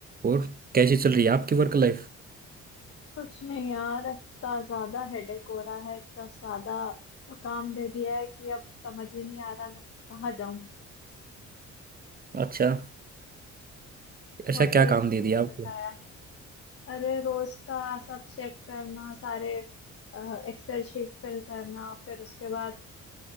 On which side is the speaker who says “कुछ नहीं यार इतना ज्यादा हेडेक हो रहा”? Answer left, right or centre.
Left